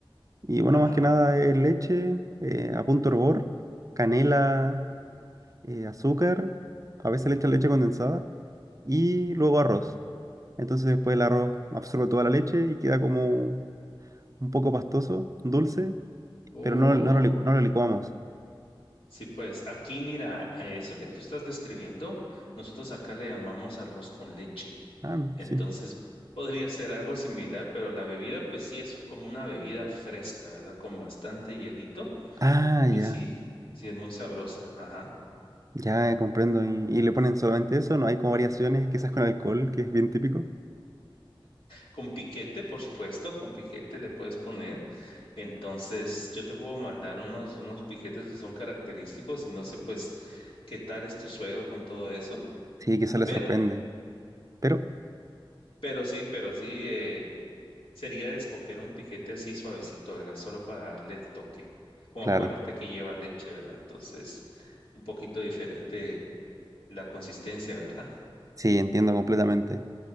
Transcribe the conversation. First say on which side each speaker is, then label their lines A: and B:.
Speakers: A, on the right; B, on the left.
A: Y bueno,
B: Ajá.
A: más que nada es leche, eh, a punto hervor, canela, eh, azúcar, a veces le echan leche condensada y luego arroz. Entonces después el arroz absorbe toda la leche y queda como un poco pastoso, dulce,
B: Oh,
A: pero no, no lo licu- no lo licuamos.
B: sí, pues aquí mira, a eso que tú estás describiendo, nosotros acá le llamamos arroz con leche.
A: Ah, no,
B: Entonces,
A: sí.
B: podría ser algo similar, pero la bebida, pues sí, es como una bebida fresca, ¿verdad? Con bastante hielito
A: Ah, ya.
B: y sí, sí, es muy sabrosa. Ajá.
A: Ya eh, comprendo. ¿Y, y le ponen solamente eso? ¿No hay como variaciones, quizás con alcohol, que es bien típico?
B: Con piquete, por supuesto, con piquete le puedes poner. Entonces, yo te puedo mandar unos, unos piquetes que son característicos y no sé, pues, qué tal es tu suegro con todo eso.
A: Sí, quizás le
B: Pero,
A: sorprende. Pero,
B: pero sí, pero sí, eh, sería de escoger un piquete así suavecito, ¿verdad? Solo para darle el toque. Como
A: claro,
B: acuérdate que lleva leche, ¿verdad? Entonces, un poquito diferente la consistencia, ¿verdad?
A: sí, entiendo completamente.